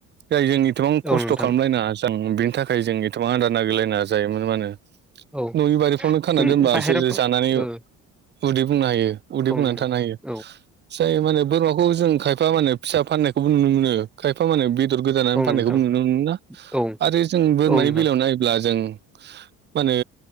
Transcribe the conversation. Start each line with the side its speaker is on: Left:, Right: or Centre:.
Right: जाय जों एसेबां खस्थ'
Centre: औ नोंथां
Right: खालामलायना जों बिनि थाखाय जों एसेबां आदार नागिरलायना जायोमोन मानो
Centre: औ
Right: न'नि बारिफ्रावनो खाना
Centre: जों
Right: दोनबा
Centre: बाहेराफ्राव
Right: बिसोर जानानै
Centre: ओ
Right: उदै बुंनो हायो उदै
Centre: औ
Right: बुंनानै
Centre: नोंथां
Right: थानो हायो
Centre: औ
Right: जाय माने बोरमाखौ जों खायफा माने फिसा फाननाय खौ नुनो मोनो खाय एफा माने बेदर गोदानानानै
Centre: औ
Right: फाननायखौ
Centre: नोंथां
Right: नुनो मोना
Centre: औ
Right: आरो जों बोरमानि
Centre: नोंथां
Right: बेलायाव नायोब्ला जों मा होनो